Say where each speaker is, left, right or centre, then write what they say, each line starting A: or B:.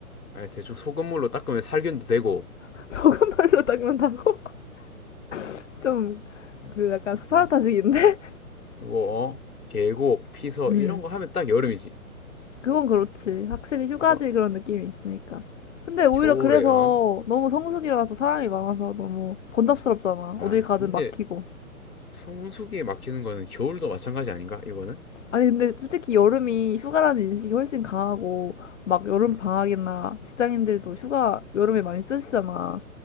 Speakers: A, on the left; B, on the left.
A: 아니, 대충 소금물로 닦으면 살균도 되고,
B: <laughs> 적은 물로 닦는다고? <laughs> 좀 그 약간 스파르타식인데?
A: 어? 그리고, 어? 계곡, 피서,
B: <laughs> 음
A: 이런 거 하면 딱 여름이지.
B: 그건 그렇지 확실히 휴가지
A: 봐봐.
B: 그런 느낌이 있으니까 근데 오히려
A: 겨울에,
B: 그래서
A: 요
B: 너무 성수기라서 사람이 많아서 너무 번잡스럽잖아
A: 아,
B: 어딜 가든
A: 근데
B: 막히고
A: 성수기에 막히는 거는 겨울도 마찬가지 아닌가, 이거는?
B: 아니 근데 솔직히 여름이 휴가라는 인식이 훨씬 강하고 막 여름
A: 응.
B: 방학이나 직장인들도 휴가 여름에 많이 쓰시잖아.